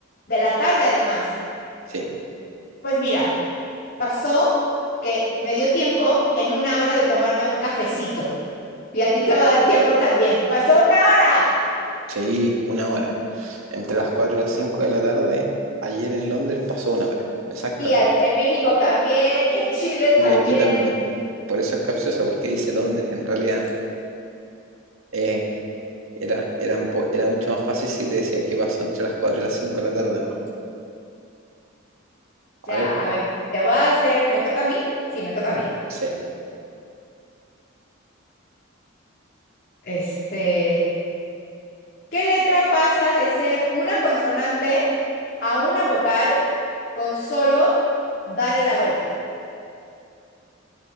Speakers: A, on the left; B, on the right.
A: de la tarde además.
B: Sí,
A: Pues mira. Pasó que me dio tiempo en una hora de tomarme un cafecito. Y a ti te va a dar tiempo también. Pasó una hora.
B: sí, una hora. Entre las cuatro y las 5 de la tarde, ayer en Londres pasó una hora. Exactamente.
A: Y en, en México también, y en Chile
B: Y
A: también.
B: aquí también. Por eso es capciosa, porque dice Londres. En realidad, eh, era, era, un po- era mucho más fácil si te decía que pasó entre las 4 y las 5 de la tarde, ¿no? A
A: Ya,
B: ver,
A: a ver, te voy a hacer, ¿me toca a mí? Sí, me toca a mí.
B: sí.
A: Este, ¿qué letra pasa de ser una consonante a una vocal con solo darle la vuelta?